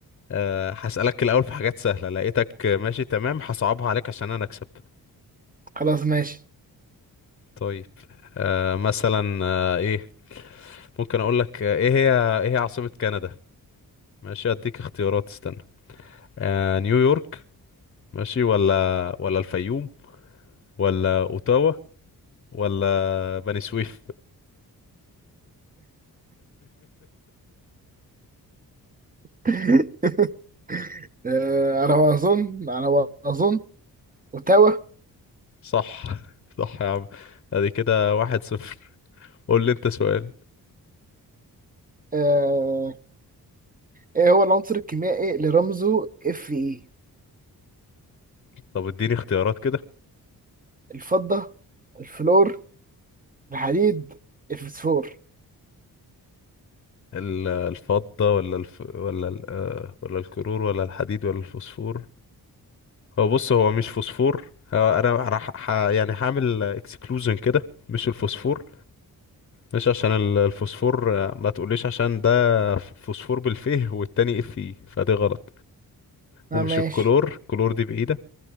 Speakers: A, on the left (about 35°); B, on the right (about 20°).
A: أه هسألك الأول في حاجات سهلة لقيتك ماشي تمام هصعبها عليك عشان أنا أكسب
B: خلاص ماشي
A: طيب أه مثلا أه إيه ممكن أقول لك آه، إيه هي إيه هي عاصمة كندا ماشي أديك اختيارات استنى أه نيويورك ماشي ولا ولا الفيوم ولا أوتاوا ولا بني سويف
B: <laughs> آه، على ما أظن على ما أظن وتوا
A: صح <laughs> صح يا عم أدي كده واحد صفر قول لي أنت سؤال
B: آه، ايه هو العنصر الكيميائي اللي رمزه اف اي
A: طب اديني اختيارات كده
B: الفضة الفلور الحديد الفسفور
A: ال- الفضة ولا الف... ولا ال... آه، ولا الكرور ولا الحديد ولا الفوسفور هو بص هو مش فوسفور هو انا راح ح... يعني هعمل اكسكلوجن كده مش الفوسفور مش عشان ال- الفوسفور آه، ما تقوليش عشان ده فوسفور بالفيه والتاني اف اي فدي غلط
B: اه
A: ومش
B: ماشي
A: الكلور الكلور دي بعيدة